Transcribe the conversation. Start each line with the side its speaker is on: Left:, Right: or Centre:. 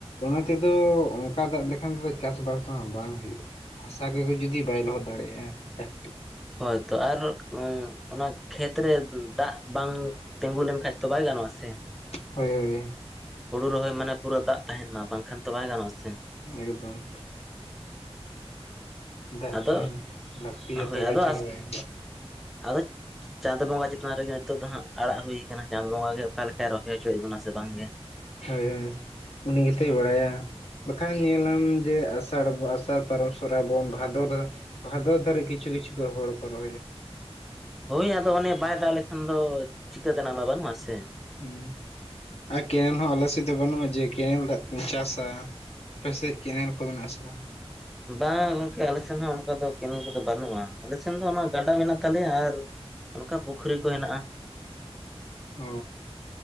Left: ᱚᱱᱟ ᱛᱮᱫᱚ ᱚᱱᱠᱟ ᱫᱟᱜ ᱞᱮᱠᱷᱟᱱ ᱛᱮᱫᱚ ᱪᱟᱥᱵᱟᱥ ᱦᱚᱸ ᱵᱟᱝ ᱦᱩᱭᱩᱜᱼᱟ᱾ ᱦᱟᱥᱟ ᱠᱚᱜᱮ ᱡᱩᱫᱤ ᱵᱟᱭ ᱞᱚᱦᱚᱫ ᱫᱟᱲᱮᱭᱟᱜᱼᱟ ᱠᱟᱹᱴᱤᱼᱼ
Centre: ᱦᱳᱭᱛᱚ ᱟᱨ ᱩᱸ ᱚᱱᱟ ᱠᱷᱮᱛ ᱨᱮ ᱫᱟᱜ ᱵᱟᱝᱼᱼ ᱛᱤᱸᱜᱩ ᱞᱮᱱ ᱠᱷᱟᱡ ᱛᱚ ᱵᱟᱭ ᱜᱟᱱᱚᱜᱼᱟ ᱥᱮ᱾
Left: ᱦᱳᱭ ᱦᱳᱭ᱾
Centre: ᱦᱩᱲᱩ ᱨᱚᱦᱚᱭ ᱢᱟᱱᱮ ᱯᱩᱨᱟᱹ ᱫᱟᱜ ᱛᱟᱦᱮᱱ ᱢᱟ ᱵᱟᱝᱠᱷᱟᱱ ᱛᱚ ᱵᱟᱭ ᱜᱟᱱᱚᱜᱼᱟ ᱥᱮ᱾
Left: ᱮᱠᱫᱚᱢ᱾ ᱫᱟᱜ
Centre: ᱟᱫᱚ
Left: ᱛᱮᱦᱮᱱ ᱞᱟᱹᱠᱛᱤᱭᱟ
Centre: ᱦᱳᱭ
Left: ᱛᱚᱵᱮ
Centre: ᱟᱫᱚ
Left: ᱪᱷᱟᱲ ᱵᱟᱭ
Centre: ᱟᱫᱚ ᱪᱟᱸᱫᱚ ᱵᱚᱸᱜᱟ ᱪᱮᱛᱟᱱ ᱨᱮᱜᱮ ᱱᱤᱛᱚᱜ ᱫᱚ ᱦᱟᱸᱜ ᱟᱲᱟᱜ ᱦᱩᱭ ᱠᱟᱱᱟ ᱪᱟᱸᱫᱚ ᱵᱚᱸᱜᱟ ᱜᱮ ᱚᱠᱟ ᱞᱮᱠᱟᱭ ᱨᱚᱦᱚᱭ ᱦᱚᱪᱚᱭᱮᱫ ᱵᱚᱱᱟ ᱥᱮ ᱵᱟᱝ ᱜᱮᱼᱼ
Left: ᱦᱳᱭ ᱦᱳᱭ, ᱩᱱᱤ ᱜᱮᱛᱭ ᱵᱟᱲᱟᱭᱟ᱾ ᱵᱟᱠᱷᱟᱱ ᱧᱮᱞᱟᱢ ᱡᱮ ᱟᱥᱟᱲ ᱵᱚ ᱟᱥᱟᱲ ᱯᱟᱨᱚᱢ ᱥᱚᱨᱟᱭ ᱵᱚᱱ ᱵᱷᱟᱫᱚᱨᱼᱼ ᱵᱷᱟᱫᱚᱨ ᱫᱷᱟᱨᱤᱪ ᱠᱤᱪᱷᱩ ᱠᱤᱪᱷᱩ ᱠᱚ ᱦᱚᱲ ᱠᱚ ᱨᱚᱦᱚᱭᱟ᱾
Centre: ᱦᱳᱭ ᱟᱫᱚ ᱚᱱᱮ ᱵᱟᱭ ᱫᱟᱜ ᱞᱮᱠᱷᱟᱱ ᱫᱚ ᱪᱤᱠᱟᱹ ᱛᱮᱱᱟᱜ ᱢᱟ ᱵᱟᱹᱱᱩᱜᱼᱟ ᱥᱮ ᱾
Left: ᱦᱩᱸ ᱟᱨ ᱠᱮᱱᱮᱞ ᱦᱚᱸ ᱟᱞᱮ ᱥᱮᱫ ᱫᱚ ᱵᱟᱹᱱᱩᱜᱼᱟ ᱡᱮ ᱠᱮᱱᱮᱞ ᱫᱟᱜ ᱛᱮᱢ ᱪᱟᱥᱟ ᱾ ᱟᱯᱮ ᱥᱮᱜ ᱠᱮᱱᱮᱞ ᱠᱚ ᱢᱮᱱᱟᱜᱼᱟ ᱥᱮ ᱵᱟᱝ?
Centre: ᱵᱟᱝ ᱜᱚᱝᱠᱮ ᱟᱞᱮ ᱥᱮᱱ ᱦᱚᱸ ᱚᱱᱠᱟ ᱫᱚ ᱠᱮᱱᱮᱞ ᱠᱚᱫᱚ ᱵᱟᱹᱱᱩᱜᱼᱟ ᱾ ᱟᱞᱮ ᱥᱮᱱ ᱫᱚ ᱚᱱᱟ ᱜᱟᱰᱟ ᱢᱮᱱᱟᱜ ᱛᱟᱞᱮᱭᱟ ᱟᱨ ᱚᱱᱠᱟ ᱯᱩᱠᱷᱨᱤ ᱠᱚ ᱦᱮᱱᱟᱜᱼᱟ᱾ <inaudible>
Left: ᱚᱻ